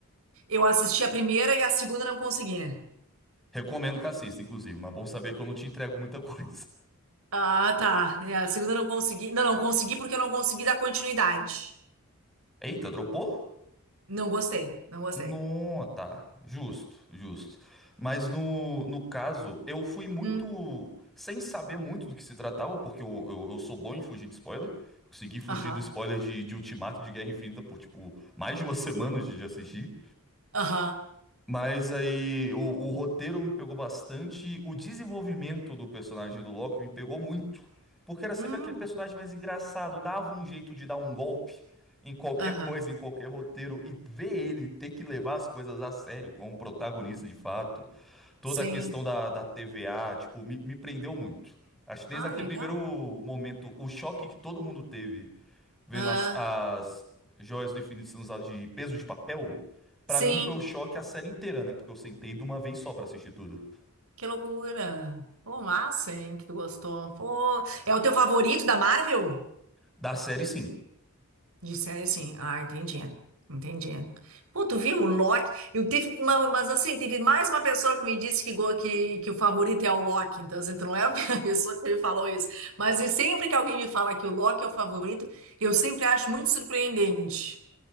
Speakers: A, on the right (about 70°); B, in the centre.
A: Eu assisti a primeira e a segunda não consegui.
B: Recomendo que assista, inclusive, mas é bom saber que eu não te entrego muita coisa.
A: Ah, tá. É, a segunda não consegui. Não, não consegui porque eu não consegui dar continuidade.
B: <laughs> Eita, dropou?
A: Não gostei, não gostei.
B: Não, tá. Justo, justo. Mas no, no caso, eu fui muito.
A: Hum.
B: Sem saber muito do que se tratava, porque eu, eu, eu sou bom em fugir de spoiler. Consegui fugir
A: Aham,
B: do spoiler de, de Ultimato e de Guerra Infinita por, tipo, mais de uma <laughs> semana de de assistir.
A: aham.
B: Mas aí o, o roteiro me pegou bastante, o desenvolvimento do personagem do Loki me pegou muito, porque era sempre
A: Hum,
B: aquele personagem mais engraçado, dava um jeito de dar um golpe em qualquer
A: aham.
B: coisa, em qualquer roteiro, e ver ele ter que levar as coisas a sério como protagonista de fato, toda
A: Sim.
B: a questão da, da TVA, tipo, me, me prendeu muito. Acho que desde
A: Ah,
B: aquele
A: legal.
B: primeiro momento, o choque que todo mundo teve vendo
A: Ah,
B: as, as joias do infinito sendo usadas de peso de papel, pra
A: sim.
B: mim foi o choque a série inteira, né? Porque eu sentei de uma vez só pra assistir tudo.
A: Que loucura. Pô, massa, hein, que tu gostou. Pô, é o teu favorito da Marvel?
B: Da série, sim.
A: De série, sim. Ah, entendi. Entendi. Pô, tu viu o Loki? Eu teve uma- mas assim, teve mais uma pessoa que me disse que, go- que, que o favorito é o Loki. Então, assim, tu não é a primeira <laughs> pessoa que me falou isso. Mas e sempre que alguém me fala que o Loki é o favorito, eu sempre acho muito surpreendente.